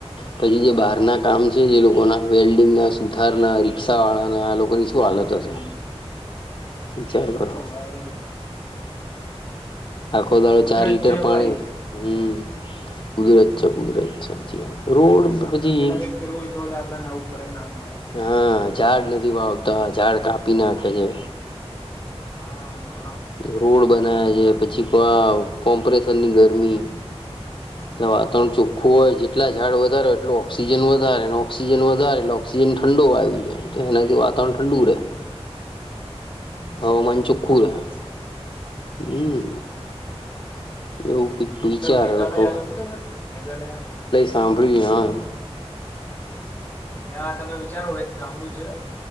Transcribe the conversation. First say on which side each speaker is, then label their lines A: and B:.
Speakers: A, on the left; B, on the left.
A: પછી જે
B: હા
A: બહાર ના કામ છે જે લોકો લોકોના વેલ્ડિંગના સુથારના રિક્ષાવાળાના આ લોકોની શું હાલત
B: હમ
A: હશે વિ જાાર કરો
B: તો ભાઈ
A: આખો દાળો
B: કુદરત
A: ચાર લીટર
B: છે
A: પાણી
B: ભાઈ
A: હમ કુધરત છે કુધર છેચી વા રોડ
B: આપડે
A: પછીબ
B: પેલા કઈક કરવું હોય તો જ આપડાને આવું પરિણામ મળે
A: હા ઝાડ નથી વાવતા ઝાડ કાપી નાખે છે
B: હા હા
A: રોડ બનાવે છે પછી કો કોમ્પરેસનની ગરમી એટલે વાતાવણ ચોખ્ખું હોય જેટલા ઝાડ વધારે હો એટલું ઓક્સિજન વધારેને ઓક્સિજન વધારે એટલે ઓક્સિજન ઠંડો આવી છેાય એનાથી વાતાવરણ ઠંડુ રહેે હવામાન
B: હમ
A: ચોખુર
B: બરોબર
A: હ
B: આપડે
A: હમ એવું પીટું જાર
B: મેઘાલયા
A: દખો
B: જોયું તમે મેઘાલયા
A: સાંભળ જા
B: ત્યાં તમે વિચારો એક ગઉંડું છે